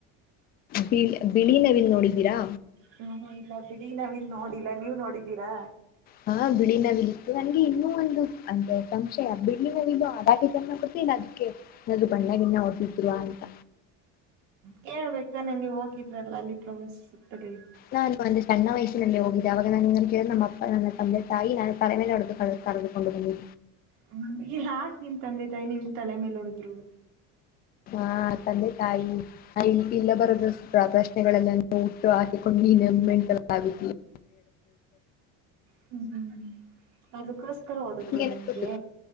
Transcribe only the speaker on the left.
ಬಿಳಿ ಬಿಳಿ ನವಿಲ್ ನೋಡಿದೀರಾ
ಹಾ ಬಿಳಿ ನವಿಲಿ ಇತ್ತು ನಂಗೆ ಇನ್ನೂ ಒಂದು ಅಂತೆ ಸಂಶಯ ಬಿಳಿ ನವಿಲು ಆದಾಗಿ ಜಮ ಅದಕ್ಕೆ ಎಲ್ರು ಬ್ಣಾಗಿನ್ನ ಓದನಿದರುವ ಅಂತ
ನಾನು ಒಂದು ಸಣ್ಣ ವಯಸ್ಸಿನಲ್ಲಿ ಹೋಗಿದ್ದೆ ಆಾಗ ನಾನು ಹೆಂಗ ಕೇಳ ನಮ್ಮ ಅಪ್ಪ ನನ್ನ ತಂದೆ ತಾಯಿ ನಾನ ತಲೆೇಲೆ ಹೊಡದು ಕ ಕು ಒಂದು ಬ
ಹಾ ತಂದೆ ತಾಯಿ ಹ ಇಲ್ಲ ಬರದಸ್ತ್ರ ಪ್ರಶ್ನೆಗಳೆಲ್ಲ ಉತ್ತರ ಹಾಕಿಕೊಂಡು ನೀ ನಮೆಂಟಲ್ಲ ಆಗತಿ <inaudible>
ಹೇಳ್ತಿದ್ರು